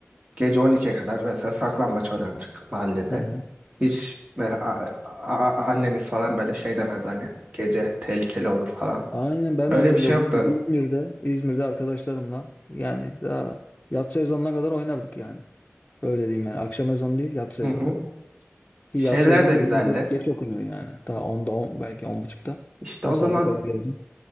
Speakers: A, on the right; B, on the left.
A: gece 12'ye kadar mesela saklambaç oynardık mahallede.
B: Hı hı.
A: Hiç e, a- a- a- annemiz falan böyle şey demez hani gece tehlikeli olur falan.
B: Aynen ben
A: Öyle
B: de hatırlıyorum.
A: bir şey yoktu.
B: Biz İzmir'de, İzmir'de arkadaşlarımla yani daha yatsı ezanına kadar oynardık yani. Öyle diyeyim yani. Akşam ezanı değil, yatsı
A: Hı
B: ezanı.
A: hı.
B: Ki
A: Şeyler
B: yatsı ezanı
A: de
B: da
A: güzeldi.
B: biliyorum geç, geç okunuyor yani. Daha 10'da 10 belki 10.30'da.
A: İşte
B: O
A: o zaman
B: saate kadar yazın.